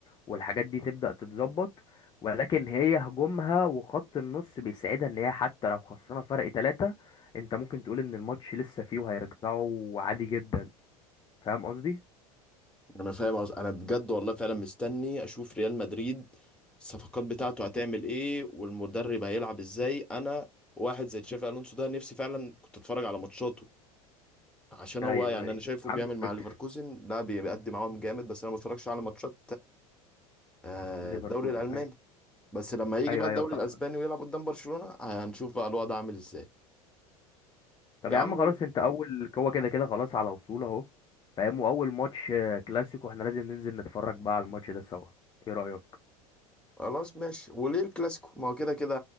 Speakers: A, on the left (about 20°); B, in the centre.
A: والحاجات دي تبدأ تتظبط ولكن هي هجومها وخط النص بيساعدها ان هي حتى لو خسرنا فرق ثلاثة انت ممكن تقول ان الماتش لسه فيه وهيرجعوا عادي جدا فاهم قصدي؟
B: انا فاهم أص... انا بجد والله فعلا مستني اشوف ريال مدريد الصفقات بتاعته هتعمل ايه والمدرب هيلعب ازاي انا واحد زي تشافي الونسو ده نفسي فعلا كنت اتفرج على ماتشاته عشان
A: ايوه
B: هو يعني
A: ايوه
B: انا شايفه
A: عنده
B: بيعمل مع
A: فكر
B: ليفركوزن لا بيقدم معاهم جامد بس انا ما بتفرجش على ماتشات آه،
A: ليفركوزن
B: الدوري الالماني
A: ايوه
B: بس لما يجي
A: ايوه
B: بقى الدوري
A: ايوه فاهم
B: الاسباني ويلعب قدام برشلونة هنشوف بقى الوضع عامل ازاي
A: طب
B: يا
A: يا
B: عم
A: عم خلاص انت اول هو كده كده خلاص على وصول اهو فاهم واول ماتش آه، كلاسيكو احنا لازم ننزل نتفرج بقى على الماتش ده سوا ايه رأيك؟
B: خلاص ماشي وليه الكلاسيكو ما هو كده كده